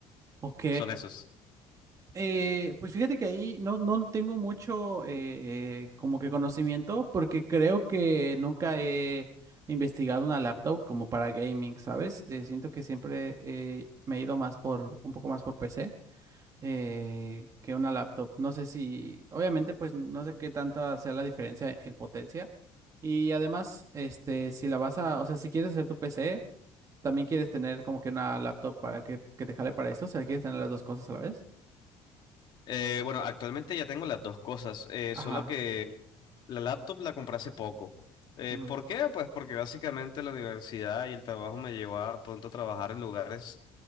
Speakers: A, on the right; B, on the left.
A: Ok.
B: Son esos.
A: Eh, pues fíjate que ahí no, no tengo mucho eh, como que conocimiento porque creo que nunca he investigado una laptop como para gaming, ¿sabes? Eh, siento que siempre eh, me he ido más por un poco más por PC. eh, que una laptop. No sé si, obviamente, pues no sé qué tanta sea la diferencia en potencia. Y además, este, si la vas a, o sea, si quieres hacer tu PC, también quieres tener como que una laptop para que, que te jale para eso. O sea, quieres tener las dos cosas a la vez.
B: Eh, bueno, actualmente ya tengo las dos cosas, eh,
A: Ajá.
B: solo que la laptop la compré hace poco. Eh,
A: ujú,
B: ¿por qué? Pues porque básicamente la universidad y el trabajo me llevó a pronto a trabajar en lugares